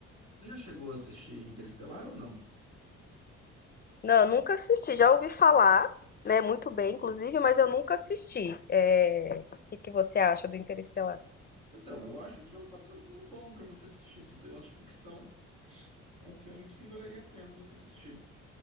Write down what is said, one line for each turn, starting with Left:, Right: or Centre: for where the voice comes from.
Right: você já chegou a assistir Interestelar ou não?
Left: Não, eu nunca assisti, já ouvi falar, né, muito bem, inclusive, mas eu nunca assisti. É, O que que você acha do Interestelar?
Right: Então, eu acho que é um- pode ser um filme bom para você assistir. Se você gosta de ficção, é um filme que valeria a pena você assistir.